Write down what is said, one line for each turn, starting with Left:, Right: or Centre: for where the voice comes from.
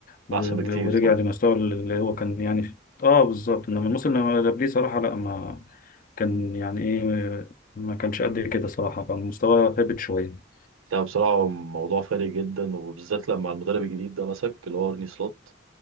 Left: و-
Right: احسن بكتير
Left: ورجع
Right: طبعا
Left: لمستوى اللي هو كان يعني في- اه بالظبط انما الموسم اللي قبليه صراحة لا ما كان يعني ايه ما كانش قد كده صراحة كان مستواه هبط شوية
Right: ده بصراحه موضوع فارق جدا وبالذات لما المدرب الجديد ده مسك اللي هو ارني سلوت